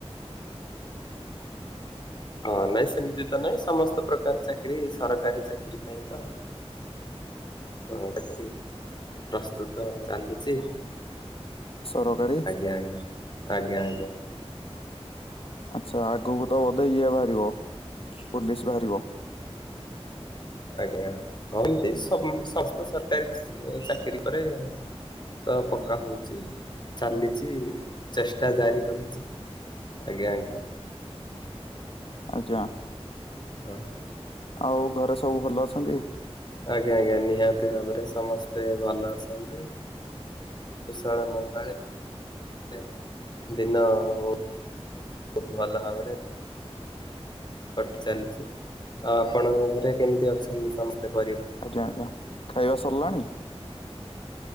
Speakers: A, on the left (about 45°); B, on the left (about 60°).
A: ହଁ ନାଇଁ ସେମିତି ତ ନାଇଁ ସମସ୍ତ ପ୍ରକାର ଚାକିରି ସରକାରୀ ଚାକିରି ପାଇଁ ତ।
B: <inaudible>
A: ହଁ ପ୍ରସ୍ତୁତ ଚାଲିଛି।
B: ସରକାରୀ
A: ଆଜ୍ଞା ଆଜ୍ଞା ଆଜ୍ଞା ଆଜ୍ଞା।
B: ଆଚ୍ଛା ଆଗକୁ ତ ବୋଧେ ଇଏ ବାହାରିବ ପୋଲିସ ବାହାରିବ। <inaudible>
A: ଆଜ୍ଞା ହଁ ଏମତି ସମସ୍ତ ସରକାରି ଚାକିରି କରେ। ତ ପକ୍କା ହଉଛି ଚାଲିଛି ଚେଷ୍ଟା ଜାରି ରହିଛି। ଆଜ୍ଞା ଆଜ୍ଞା।
B: ଆଜ୍ଞା।
A: ହଉ।
B: ଆଉ ଘରେ ସବୁ ଭଲ ଅଛନ୍ତି?
A: ଆଜ୍ଞା ଆଜ୍ଞା ନିହାତି ଭାବରେ ସମସ୍ତେ ଭଲ ଅଛନ୍ତି। ଇଶ୍ଵର ମଙ୍ଗଳରେ ଦିନ ବହୁତ ଭଲ ଭାବରେ କଟି ଚାଲିଛି ଆଉ ଆପଣଙ୍କ ଘରେ କେମିତି ଅଛନ୍ତି ସମସ୍ତେ ପରିବାର
B: ଆଜ୍ଞା ଆଜ୍ଞା ଖାଇବା ସରିଲାଣି?